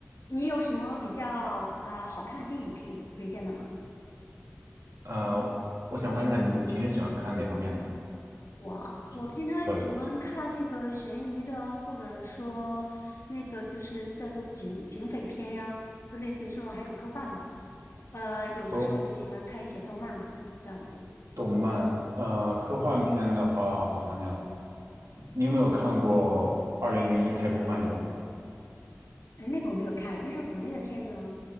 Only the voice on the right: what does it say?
呃，我想问一下，你平时喜欢看哪方面的？
什么的
科
动漫？呃，科幻片的话，我想想，你有没有看过《二零零一太空漫游》？